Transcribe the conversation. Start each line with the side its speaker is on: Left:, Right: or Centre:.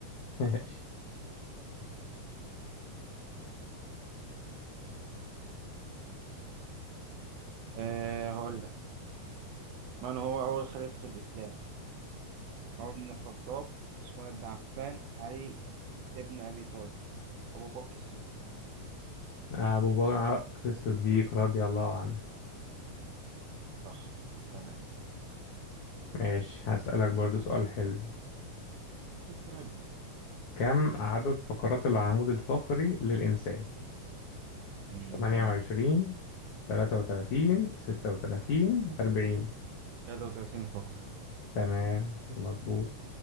Left: <laughs>
Right: أه هقول لك من هو أول خليفة في الإسلام عمر بن الخطاب عثمان بن عفان علي ابن أبي طالب أبو بكر الصديق
Left: أبو بكر الصديق رضي الله عنه
Right: صح تمام
Left: ماشي هسألك برضو سؤال حلو
Right: السؤال دي
Left: كم عدد فقرات العمود الفقري للإنسان؟
Right: مم.
Left: 28 33 36 40
Right: 33 فقرة
Left: تمام مظبوط